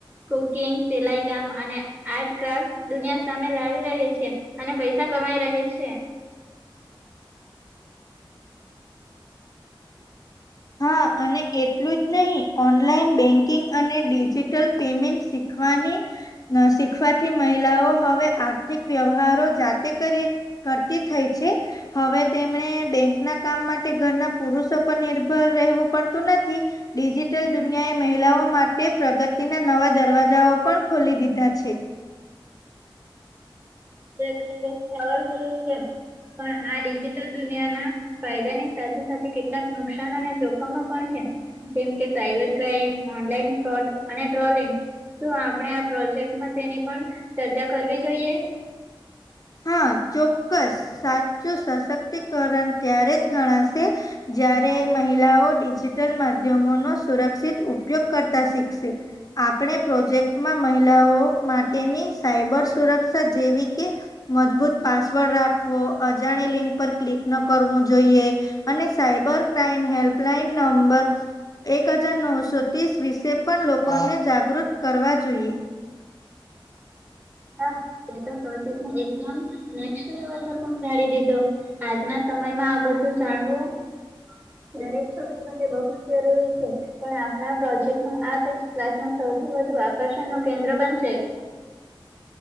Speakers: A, on the right (about 20°); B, on the left (about 45°).
A: કુકિંગ સિલાઈ કામ અને આર્ટ ક્રાફ્ટ દુનિયા સામે લાવી રહી છે. અને પૈસા કમાઈ ર છે. <inaudible>
B: હા અને એટલું જ નહીં ઓનલાઈન બેંકિંગ અને ડિજિટલ પેમેન્ટ શીખવાની. શીખવાથી મહિલાઓ હવે આર્થિક વ્યવહારો જાતે કરી. કરતી થઈ છે હવે તેમણે બેંક ના કામ માટે ઘરના પુરુષો પણ નિભ. રહેવું પડતું નથી. ડિજિટલ દુનિયાએ મહિલાઓ માટે પ્રગતિના નવા દરવાજાઓ પણ ખોલી દીધા છે.
A: વારયું છે પણ આ ડિજિટલ દુનિયા ના. ફાયદા ની સાથે સાથે કેટલાક નુકસાન અને જોખમો પણ છે. જેમ કે સાયબર ક્રાઈમ ઓનલાઈન ફ્રોડ અને ટ્રોલિંગ. તો આપણે આ પ્રોજેક્ટમાં તેની પણ ચર્ચા કરવી જોઈએ.
B: હા ચોક્કસ સાચું સશક્તિકરણ ત્યારે જ ગણાશે. જ્યારે મહિલાઓ ડિજિટલ માધ્યમોનોો સુરક્ષિત ઉપયોગ કરતા શીખશે- આપણે પ્રોજેક્ટમાં મહિલાઓ માટેની સાયબર સુરક્ષા જેવી કે- મજબૂત પાસવર્ડ રાખવો અજાણી લિંક પર ક્લિક ન કરવું જોઈએ- અને સાયબર ક્રાઈમ હેલ્પલાઇન નંબર. એક હજાર નવસો ત્રીસ વિશે પણ લોકોને જાગૃત કરવા જોઈએ.
A: હા એ તો પ્રોજેક્ટ એકદમ નેક્ લેવલ પર પણ જાડી દીધો. આજના સમયમાં આ બધું જાણવું દરેક છોકરી માટે બહુ જ જરૂરી છે. પણ આપણા પ્રોજેક્ટ નું આ ક્લાસમાં સૌથી વધુ આકર્ષણ નું કેન્દ્ર બનશે.